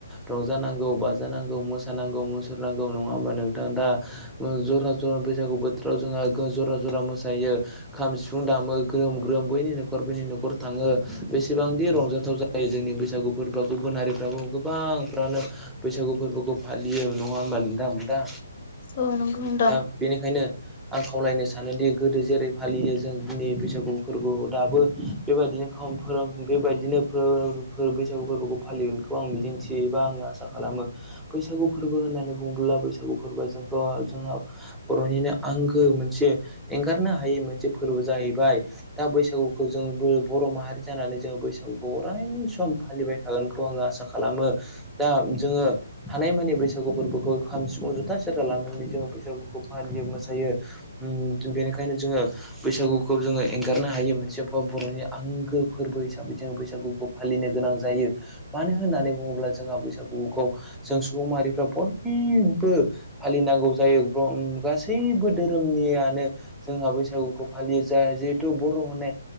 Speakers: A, in the centre; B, on the left.
A: रंजानांगौ बाजानां नांगौ मोसानांगौ मुसुर नांगौ नङा होमबा नोंथां दा जरा जरा बैसागु बोथोराव जोंहा जरा जरा मोसायो खाम सिफुं दामो ग्रोम ग्रोम बैनि न'खर बैनि न'खर थाङो बेसेबांदि रंजाथाव जायो जोंनि बैसागु फोरबोआ गुबुन हारिफ्राबो गोबांफ्रानो बैसागु फोरबोखौ फालियो नङा होमबा नोंथां दा
B: औ नंगौ नोंथां
A: दा बेनिखायनो आं खावलायनो सानोदि गोदो जेरै फालियो जोंनि बैसागु फोरबोआव दाबो बेबायदिनो खम फोरा बेबायदिनो फोर बैसागु फोरबोखौ फालिगोनखौ आं मिजिंथियो एबा आं आसा खालामो बैसागु फोरबो होननानै बुङोब्ला बैसागु फोरबोआ जोंखौ जोंहा बर'नि आंगो मोनसे एंगारनो हायै मोनसे फोरबो जाहैबाय दा बैसागुखौ जों बर' माहारि जानानै जोङो बैसागुखौ अराय सम फालिबाय थागोनखौ आङो आसा खालामो दा जोङो हानायमानि बैसागु फोरबोखौ खाम सिफुं जुथा सेरा लानानै जोङो बैसागुखौ फालि मोसायो ओम बेनिखायनो जोङो बैसागुखौ जोङो एंगारनो हायो मोनसे कक बर'नि आंगो फोरबो हिसाबै जोङो बैसागुखौ फालिनो गोनां जायो मानो होन्नानै बुङोब्ला जोंहा बैसागुखौ जों सुबुं माहारिफ्रा बयबो फालिनांगौ जायो गासैबो धोरोमनियानो जोंहा बैसागुखौ फालियो जा जिहेथु बर' होननाय